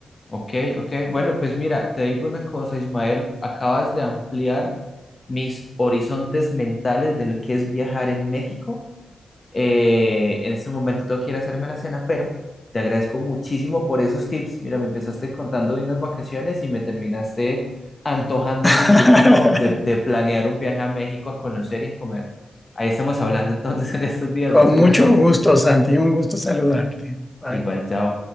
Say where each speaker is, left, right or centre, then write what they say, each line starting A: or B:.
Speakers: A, on the left (about 40°); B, on the left (about 15°).
A: Ok, ok. Bueno, pues mira, te digo una cosa, Ismael, acabas de ampliar mis horizontes mentales de lo que es viajar en México. Eh, en este momento tengo que ir a hacerme la cena, pero te agradezco muchísimo por esos tips. Mira, me empezaste contando de unas vacaciones y me terminaste antojando
B: <laughs>
A: muchísimo de, de planear un viaje a México a conocer y a comer. Ahí estamos hablando entonces <laughs> en estos días.
B: Con
A: Muchas
B: mucho
A: gracias.
B: gusto, Santi. Un gusto saludarte. Bye.
A: Igual, chao.